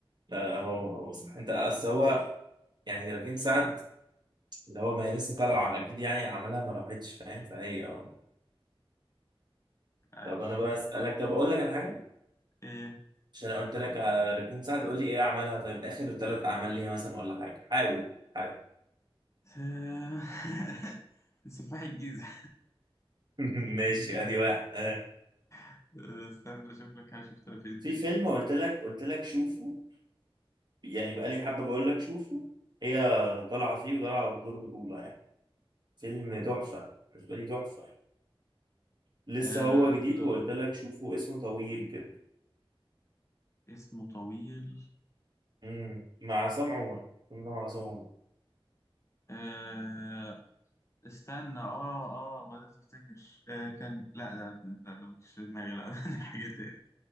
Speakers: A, on the right (about 50°); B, on the left (about 30°).
A: لا لا هو هو صح انت اصل هو يعني ركين سعد اللي هو ما هي لسه طالعه اكيد يعني عملها ما راحتش فاهم فهي اه
B: عايش
A: طب انا بسالك طب اقول لك على حاجه
B: ايه
A: عشان انا قلت لك على ركين سعد قول لي ايه عملها طيب اخر ثلاث اعمال ليها مثلا ولا حاجه حاول حاول
B: <laughs> سفاح الجيزه
A: <laughs> ماشي ادي واحد اه.
B: <laughs> استنى اشوف لك حاجه شفتها فين
A: في
B: تاني
A: فيلم قلت لك قلت لك شوفه يعني بقالي حبه بقول لك شوفه هي طالعه فيه وطالعه بدور بطوله يعني فيلم تحفه بالنسبه لي تحفه يعني. لسه
B: آه...
A: هو جديد وقلت لك شوفه اسمه طويل كده
B: اسمه طويل
A: امم مع عصام عمر الفيلم ده مع عصام عمر
B: آه... استنى اه اه بدأت افتكر آه كان لا ده لا ده مش في دماغي لا <laughs> دي حاجة تاني